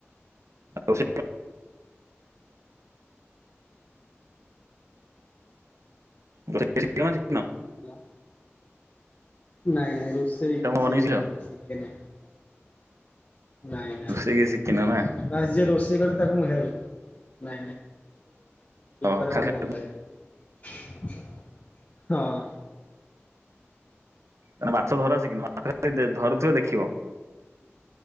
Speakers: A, on the right; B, on the left.
A: ଆଉ ବ ସିଖ
B: ହେଲା ନାଇଁ ନାଇଁ ରୋଷେଇ କିଛି
A: ବନେଇ ଶିଖିଛ
B: ମୁଁ ଶିଖେ ନାହିଁ। ନାଇଁ ନାଇଁ
A: ରୋଷେଇ କିଛି ଶିଖିନ ନା
B: ବାସ ଯେ ରୋଷ <unintelligible> ତାକୁ ମୁ ହେଲ୍ପ
A: ଓହୋ
B: କରିବା
A: ଖାଲି ଓହୋ
B: ଭଲ ଲ <inaudible> ହଁ
A: ତାେଲେ ମାଛ ଧରାସ କିୁ ମାଛ ଧରୁଥିବେ ଦେଖିବ